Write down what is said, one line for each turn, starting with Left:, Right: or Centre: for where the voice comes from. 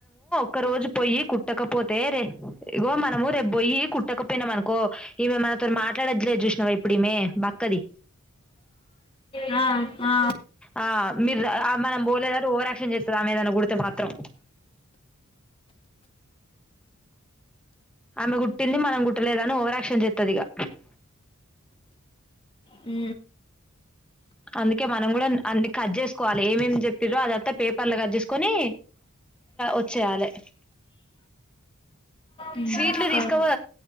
Centre: బకరోజు పోొయి కుట్టకపోతే రే ఇగో మనము రేపు పోొయి కుట్టకపోయినాం అనుకో ఈ మే మనతో మాట్లాడచ్చలేదు చూసినావ ఇప్పుడుమే మా అక్కది
Left: ఆ ఆ,
Centre: ఆ మీరు మనం పోలేదని ఓవరాక్షన్ చేస్తుంది ఆమెద అని గుడితే మాత్రం ఆమె గుట్టింది మనం కుట్టలేదు అని ఓవరాక్షన్ చేస్తది ఇక
Left: ఉ
Centre: అందుకే మనం కూడా అన్ని కట్ చేసుకోవాలి ఎమ్ ఎమ్ చెప్పిందో అదంతా పేపర్ లో కట్ చేసుకో కొని వచ్చేయాలే
Left: ఉమ్,
Centre: స్వీట్లు
Left: సరే
Centre: తీసుకోపో